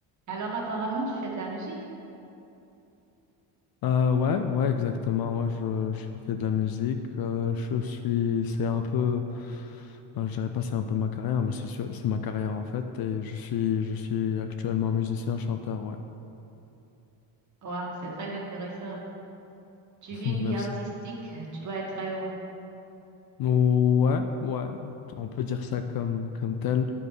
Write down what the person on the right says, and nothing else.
Alors apparemment, tu fais de la musique?
Waouh, c'est très intéressant. Tu
vis
une vie artistique, euh, tu dois être très heureux.